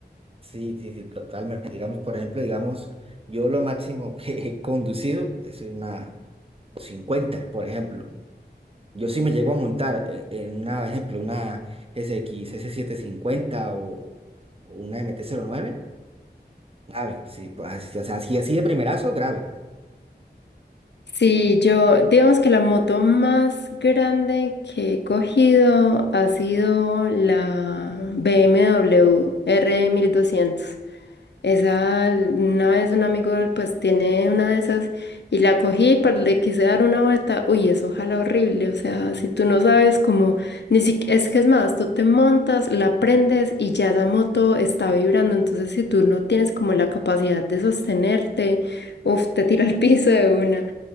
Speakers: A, on the right (about 35°); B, on the left (about 75°).
A: Sí, sí, sí, totalmente. Digamos, por ejemplo, digamos, yo lo máximo que he conducido es una cincuenta por ejemplo. Yo sí me llego a montar eh, en una, ejemplo, una S X S750 o, o una M T cero nueve grave, sí, pues, así- o sea, así, así de primerazo, grave.
B: Sí, yo, digamos que la moto más grande que he cogido ha sido la BMW R1200. Esa, una vez un amigo pues tiene una de esas y la cogí, pero le quise dar una vuelta. Uy, eso jala horrible. O sea, si tú no sabes cómo, ni si, es que es más, tú te montas, la prendes y ya la moto está vibrando. Entonces, si tú no tienes como la capacidad de sostenerte, uf, te tira al <laughs> piso de una.